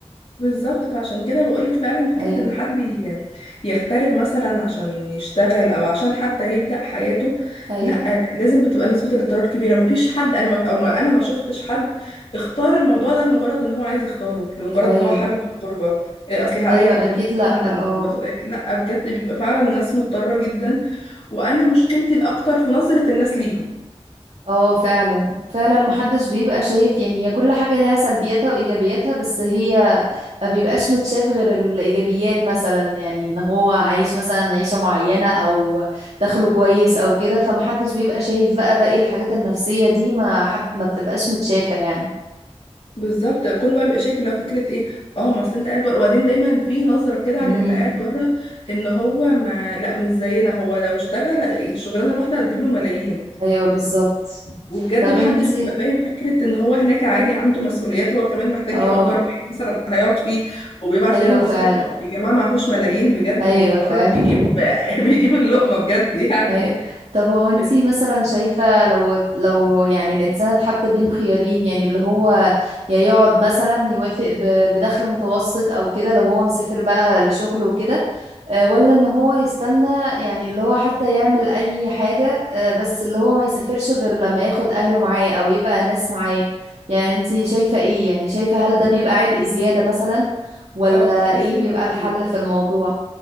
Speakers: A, on the left; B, on the right.
A: بالظبط فعشان كده بقولك فعلا فكرة
B: ايوه
A: ان حد ي- يغترب مثلا عشان يشتغل او عشان حتى يبدأ حياته
B: ايوه
A: لا لازم بتبقى نسبة الاضطرار كبيرة مفيش حد انا ما او ما انا ما شفتش حد اختار الموضوع ده لمجرد ان هو عايز يختاره لمجرد
B: ايوه
A: ان هو حابب الغربة إيه اصلي هريح
B: ايوه
A: دماغي
B: اكيد لا
A: مثلا من
B: اه
A: مسؤوليات لا بجد بيبقى فعلا ناس مضطرة جدا وانا مشكلتي الاكتر في نظرة الناس ليهم
B: اه فعلا فعلا محدش بيبقى شايف يعني هي كل حاجة ليها سلبياتها وإيجابياتها بس هي ما بيبقاش متشاف غير الإيجابيات مثلا يعني إن هو عايش مثلا عيشة معينة أو دخله كويس أو كده فمحدش بيبقى شايف بقى باقي الحاجات النفسية دي ما حد ما بتبقاش متشافة يعني
A: بالظبط كله بقى بيبقى شايف اللي هو فكره ايه اه ما اصل انت قاعد بره وبعدين دايما في نظره كده
B: امم
A: عن اللي قاعد بره ان هو ما لا مش زينا هو لو اشتغل الشغلانه الواحده هتجيب له ملايين
B: أيوه بالظبط
A: وبجد
B: طب
A: محدش
B: انت
A: بيبقى فاهم فكره ان هو هناك عادي عنده مسؤوليات هو كمان محتاج
B: اه
A: يأجر بيت مثلا هيقعد فيه وبيبعت
B: أيوه
A: لنا مصاريف
B: فعلا
A: هو يا جماعه معهوش ملايين بجد
B: أيوه
A: هو
B: فعلا
A: مجرد بيجيب <laughs> بيجيب اللقمه بجد يعني
B: أي... طب هو انتي
A: ال-
B: مثلا شايفة لو لو يعني الإنسان اتحط بين خيارين يعني اللي هو يا يقعد مثلا يوافق ب... بدخل متوسط أو كده لو هو مسافر بقى لشغله وكده آه، ولا ان هو يستنى يعني اللي هو حتى يعمل أي حاجة آه، بس اللي هو ما يسافرش غير لما ياخد أهله معاه أو يبقى ناس معاه يعني انتي شايفة ايه يعني شايفة هل ده بيبقى عبء زيادة مثلا ولا
A: اه ما كنت لسه
B: ايه بيبقى
A: هقول
B: الحل
A: لك
B: في الموضوع